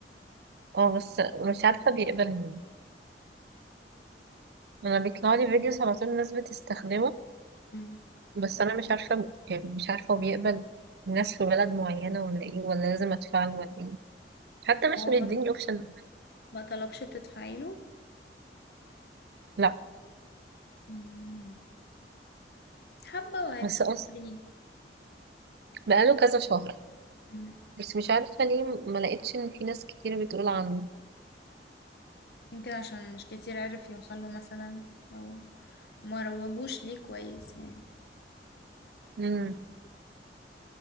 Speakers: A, on the right; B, on the left.
A: اه بس مش عارفة بيقبل مين أنا بيطلع لي فيديوز على طول الناس بتستخدمه
B: مم.
A: بس أنا مش عارفة يعني مش عارفة هو بيقبل الناس في بلد معينة ولا إيه ولا لازم أدفع له ولا إيه حتى مش
B: هو
A: مديني
B: ما
A: أوبشن
B: ما طلبش تدفعي له
A: لا
B: مم. حبة وهيفتحوا
A: بس أصلا
B: فري
A: بقاله كذا شهر
B: مم.
A: بس مش عارفة ليه ما لقيتش إن في ناس كتير بتقول عنه
B: يمكن عشان مش كتير عرف يوصل له مثلا او ما روجوش ليه كويس يعني
A: مم.